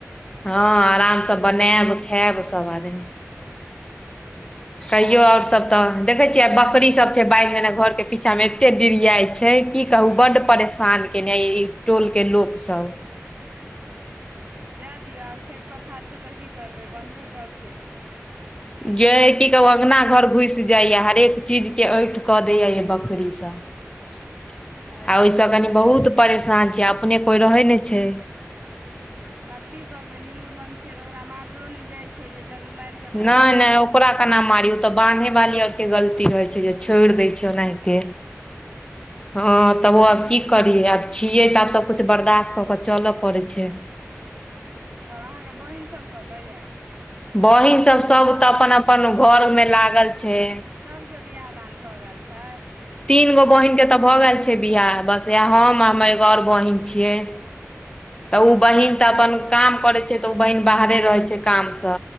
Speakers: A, on the left (about 20°); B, on the right (about 40°).
A: हँ आराम से बनायब खायब सभ आदमी कहियो आओर सभ तऽ देखै छियै आ बकरी सभी छै। बाइि जेने घरके पीछा मे एते डिरियाइत छै। छै, की कहू बड परेशान केने ई टोल के लोक सभ
B: दए दियौ आब खेत पथार छै। त की करबै बनबे करतै
A: जे की कहू अंगना घर घुस जाइया हरेक चीज के ऐठ कऽ दया य बकरी आ
B: अच्छा
A: ओहिसँ कनी बहुत परेशान छीये अपने कोई रहै ने छै।
B: आब की करबै नीमू धन छियै त ओकरा मारलो न जाइ छै। जे चलू मार
A: न न ओकरा केना मारियौ त बान्हे वाली आर के गलती रहै छै। जे छोड़ि दै छै। ओनाहिते हू हँ तब ओ आब की करियी आब छियै तऽ आब सभकिछु बर्दाश्त कऽ कऽ चलऽ पड़ैत छै।
B: हँ, तब अहाँ के बहिन सभ कत य?
A: बहिन सभ, सभ तऽ अपन अपन घर में लागल छै।
B: सभके बिआह दान भऽ गेल छै?
A: तीन गो बहिन के तऽ भऽ गेल छै। बिहाराह बस इह हम हमर एगो आओर बहिन छियै तऽ
B: अच्छा
A: ओ बहिन तऽ अपन काम करै छै। तऽ ओ बहिन बाहरे रहै छै। कामसँ